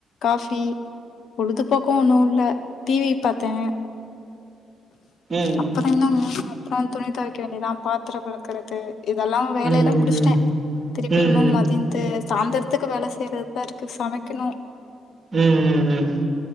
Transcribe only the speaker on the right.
ம்
ம் ம்
ம்
ம்
ம் ம் ம்